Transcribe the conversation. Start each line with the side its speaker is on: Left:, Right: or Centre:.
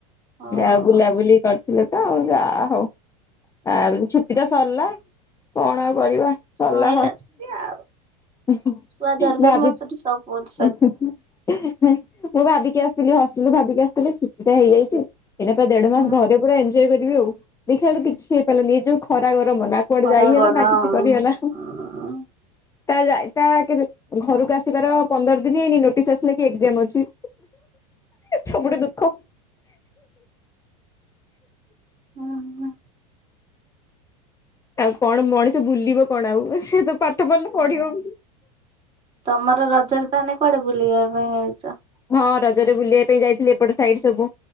Right: ହଁ
Left: ଯାହା ବୁଲା ବୁଲି କର ଥିଲୁ ତ ଆଉ ଯା ହଉ ଆଉ ଛୁଟି ତ ସରିଲା କଣ ଆଉ କରିବା।
Right: ସଇଲା
Left: ସରିଲା ହ
Right: ଛୁଟି ଆଉ।
Left: <inaudible>
Right: ଛୁଆ ଧରି ଧରି
Left: ଭାବି
Right: ମୋର ସବୁ ଅଛି।
Left: ହୁଁ ହୁଁ ହିଁ ମୁଁ ଭାବିକି ଆସିଥିଲି ହଷ୍ଟେଲରୁୁ ଭାବିକି ଆସିଥିଲି ଛୁଟି ଟା ହେଇଯାଇଚି। ଏଇନା ପା ଦେଢ ମାସ
Right: ହୁଁ
Left: ଘରେ ପୁରା ଏଞ୍ଜୟ କରିବି ଆଉ ଦେଖିଲା ବେଳୁ କିଛି ହେଇପାରିଲାନି ଏ ଯୋଉ ଖରା ଗରମ ନା କୁଆଡେ
Right: ଖରା
Left: ଯାଇ ହେଲା
Right: ଗରମ
Left: ନା କିଛି କରିହେଲା।
Right: ଉଁ
Left: ତା ଯାଇ ତା ଆଗେରେ ଘରୁକୁ ଆସ ସିବାର ପନ୍ଦର ଦିନି ହେଇନି ନୋଟିସ୍ ଆସିଲା କି ଏକ୍ଜାମ ଅଛି ସବୁଠୁ ଦୁଃଖ।
Right: ଓ ହୋ।
Left: ଆଉ କଣ ମଣିଷ ବୁଲିବ କଣ ଆଉ ସେ ତ ପାଠ ପଢ଼ିଲେ ପଢି଼ବ।
Right: ତମର ରଜରେ ତାହେନେ କୁଆଡେ଼ ବୁଲିବା ପାଇଁ ଆଇଚ?
Left: ହଁ ରଜରେ ବୁଲିବା ପାଇଁ ଯାଇଥିଲି ଏପଟ ସାଇଡ ସବୁ